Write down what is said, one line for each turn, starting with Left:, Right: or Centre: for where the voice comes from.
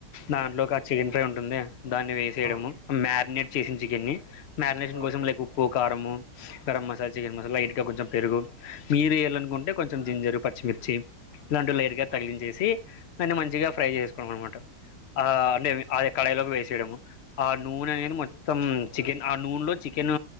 Left: దాంట్లో ఒక ఆ చికెన్ ఫ్రై ఉంటుందే దాన్ని వేసేయడము
Right: ఆ
Left: మ్యారినేట్ చేసిన చికెన్ని మ్యారినేషన్
Right: ఓకే
Left: కోసం లైక్
Right: బ్రో
Left: ఉప్పు కారము గరం మసాలా చికెన్ మసాలా ఇటుక కొంచెం పెరుగు మీరు వేయాలనుకుంటే కొంచెం జింజరు పచ్చిమిర్చి దాంట్లో లైర్గా
Right: ఆ!
Left: తగిలించేసి దాన్ని మంచిగా ఫ్రై చేసుకోవడం అనమాట ఆ అంటే అది కడయిలోకి వేసేయడము ఆ నూనె అనే మొత్తం చికెన్ ఆ నూనెలో చికెన్